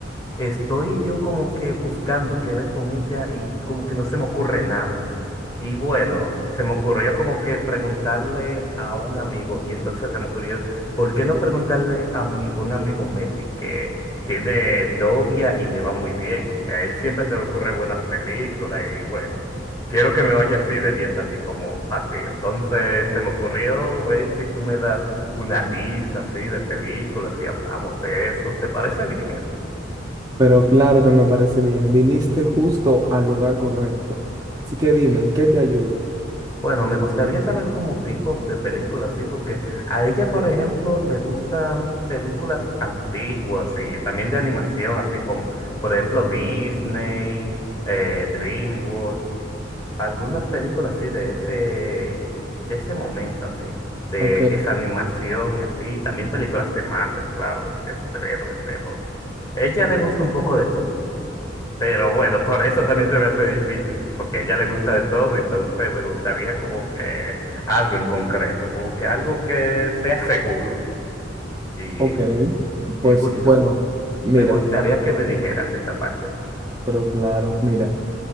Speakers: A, on the left (about 20°); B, on the right (about 20°).
A: Estoy yo como que buscando qué ver con ella y como que no se me ocurre nada. Y bueno, se me ocurrió como que preguntarle a un amigo y entonces se me ocurrió, ¿por qué no preguntarle a mi buen amigo Messi que tiene novia y le va muy bien? A él siempre se le ocurre buenas películas y bueno, quiero que me vaya así de bien también como a ti. Entonces se me ocurrió ver si tú me das una lista así de películas y hablamos de eso. ¿Te parece bien eso?
B: Pero claro que me parece bien. Viniste justo al lugar correcto. Así que dime, ¿en qué te ayudo?
A: Bueno, me gustaría saber como tipos de películas, sí, porque a ella, por ejemplo, le gustan películas antiguas y también de animación, así como, por ejemplo, Disney, eh, DreamWorks, algunas películas así de ese, de ese momento, así, de
B: Ok,
A: esa animación y así, también películas de Marvel, claro, y de superhéroes, pero a ella le gusta un poco de todo. Pero bueno, por eso también se me hace difícil, porque a ella le gusta de todo, entonces me gustaría como que algo en concreto, como que algo que sea seguro. Y,
B: ok. Pues
A: y bueno,
B: bueno, mira,
A: me gustaría que me dijeras esa parte.
B: pero claro, mira.